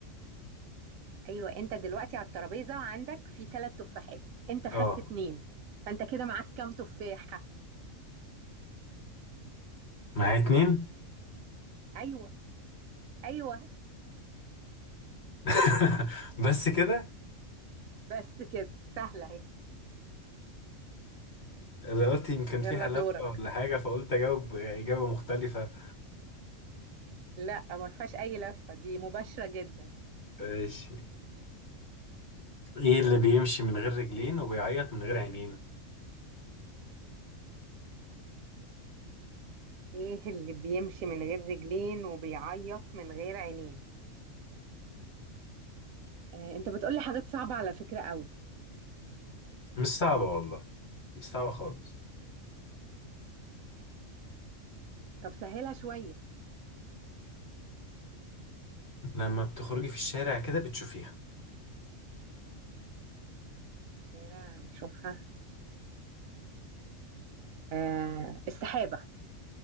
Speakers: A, on the right; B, on the left.
A: ايوه انت دلوقتي على الترابيزة وعندك في تلات تفاحات انت خدت
B: اه
A: اتنين فانت كده معاك كام تفاحة
B: معايا اتنين
A: ايوه ايوه
B: <laughs> بس كده
A: بس كده سهله اهي
B: اللي قلت يمكن
A: يلا
B: فيها لفة
A: دورك
B: ولا حاجة فقلت أجاوب إجابة مختلفة
A: لا ما فيهاش اي لفه دي مباشره جدا
B: ماشي إيه اللي بيمشي من غير رجلين وبيعيط من غير عينين
A: ايه اللي بيمشي من غير رجلين وبيعيط من غير عينين آه انت بتقولي حاجات صعبه على فكره قوي
B: مش صعبة والله مش صعبة خالص
A: طب سهلها شويه
B: لما بتخرجي في الشارع كده بتشوفيها
A: شارع انا اشوفها آه السحابه